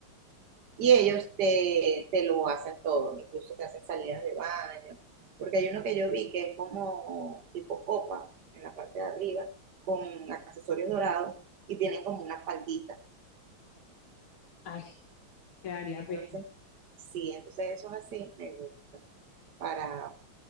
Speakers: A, on the right; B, on the left.
A: y ellos te, te lo hacen todo, incluso te hacen salidas de baño, porque hay uno que yo vi que es como tipo copa en la parte de arriba, con accesorios dorados, y tienen como una faldita.
B: Ay, quedaría
A: Entonces,
B: bello.
A: sí, entonces eso es así, me gusta. Para,